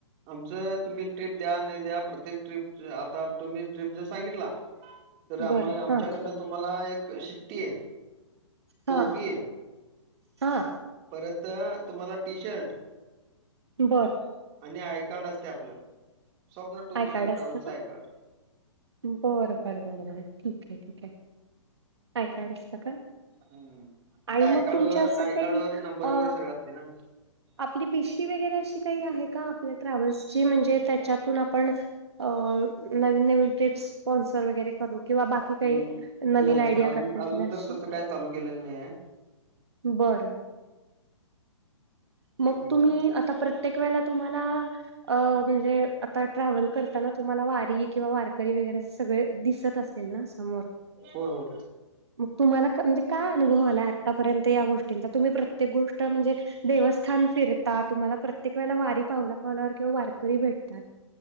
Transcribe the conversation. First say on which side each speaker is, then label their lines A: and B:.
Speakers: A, on the right (about 25°); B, on the right (about 60°).
A: आमचं तुम्ही ट्रीप द्या नाही द्या प्रत्येक ट्रिप आता तुम्ही ट्रिप जर सांगितला तर आम
B: बरं
A: आमच्याकडनं
B: हा
A: तुम्हाला एक शिट्टी आहे. टोपी
B: हा
A: आहे
B: हा
A: परत तुम्हाला टी शर्ट
B: बरं.
A: आणि आय कार्ड असते आपलं. Swapna tours
B: I card
A: and
B: असतं
A: ट्रॅव्हल्सचा
B: का?
A: I card.
B: बरं बरं बर ठीक आहे, ठीक आहे काय कार्ड असत का?
A: हम्म.
B: आणि
A: त्या आय
B: मग
A: कार्ड
B: तुमच्या
A: वर
B: असं
A: आय
B: काही
A: कार्ड वर नंबर
B: अ
A: वगैरे सगळं असते ना.
B: आपली बीशी वगैरे अशी काही आहे का आपल्या ट्रॅव्हल्सची म्हणजे त्याच्यातून आपण पण नवीन, नवीन ट्रिपह स्पॉन्सर वगैरे किंवा बाकी
A: हम्म
B: काही नवीन
A: नाही नाही
B: आयडिया
A: अजून
B: करता येतील
A: अजून
B: अशी
A: तर तसं काय चालू केलेलं नाही आहे
B: बरं. मग
A: एक मिनिट
B: तुम्ही आता प्रत्येक वेळेला तुम्हाला अ म्हणजे आता ट्रॅव्हल करताना तुम्हाला वारी किंवा वारकरी वगैरे सगळे दिसत असत. असतील ना समोर?
A: हो हो.
B: मग तुम्हाला म्हणजे काय अनुभव आला आतापर्यंत या गोष्टींचा तुम्ही प्रत्येक गोष्ट म्हणजे देवस्थान फिरता तुम्हाला प्रत्येक वेळेला वाट अगदी पावला, पावलावर वारकरी भेटतात.